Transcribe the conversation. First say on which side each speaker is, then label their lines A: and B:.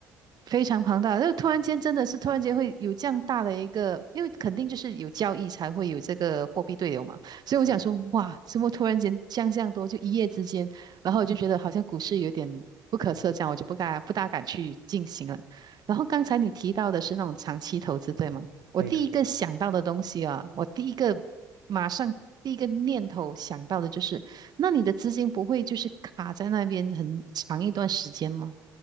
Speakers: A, on the right (about 45°); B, on the right (about 85°).
A: 非常庞大，就突然间真的是突然间会有这样大的一个，因为肯定就是有交易才会有这个货币对流嘛，所以我想说，
B: 是的
A: 哇，怎么突然间降这样多，就一夜之间，然后我就觉得好像股市有点不可测，这样我就不敢不大敢去进行了。然后刚才你提到的是那种长期投资，对吗？我第一个想到的东西啊，
B: 对的。
A: 我第一个马上第一个念头想到的就是，那你的资金不会就是卡在那边很长一段时间吗？